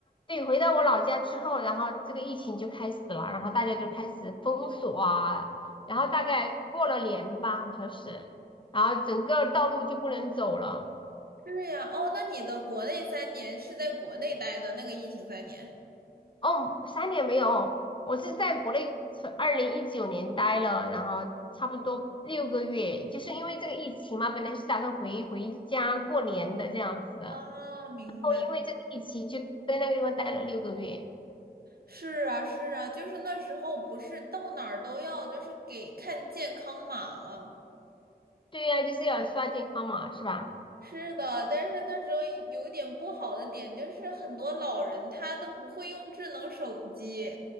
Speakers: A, on the left; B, on the right.
A: 对，回到我老家之后，然后这个疫情就开始了，然后大家就开始封锁啊，然后大概过了年吧，好像是，然后整个道路就不能走了。
B: 是呀，哦，那你的国内三年是在国内待的那个疫情三年
A: 哦，三年没有哦，我是在国内从二零一九年待了，然后差不多六个月，就是因为这个疫情嘛，本来是打算回回家过年的这样子的，
B: 啊，
A: 然
B: 明白。
A: 后因为这个疫情就在那个地方待了六个月。
B: 是啊，是啊，就是那时候不是到哪儿都要就是给看健康码吗？
A: 对呀、就是要刷健康码是吧？
B: 是的，但是那时候有一点不好的点就是很多老人他都不会用智能手机，